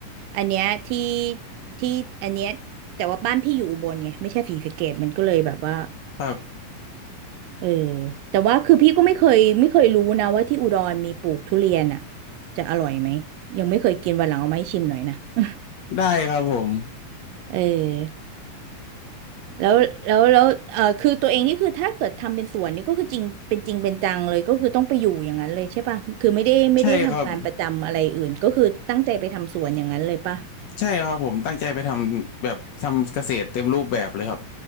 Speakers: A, on the right (about 80°); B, on the left (about 65°).
A: อันเนี้ยที่ที่อันเนี้ยแต่ว่าบ้านพี่อยู่อุบลไงไม่ใช่ศรีสะเกษมันก็เลยแบบว่า
B: ครับ
A: เออแต่ว่าคือพี่ก็ไม่เคยไม่เคยรู้นะว่าที่อุดรมีปลูกทุเรียนอ่ะจะอร่อยไหมยังไม่เคยกินวันหลังเอามาให้ชิมหน่อยนะ <laughs>
B: ได้ครับผม
A: เออ แล้วแล้วแล้วเออคือตัวเองนี่คือถ้าเกิดทำเป็นสวนนี่ก็คือจริงเป็นจริงเป็นจังเลยก็คือต้องไปอยู่อย่างนั้นเลยใช่ป่ะ คือไม่ได้ไม่ได้ทำงานประจำอะไรอื่นก็คือตั้งใจไปทำสวนอย่างนั้นเลยป่ะ
B: ใช่ครับใช่ครับผมตั้งใจไปทำแบบทำเกษตรเต็มรูปแบบเลยครับ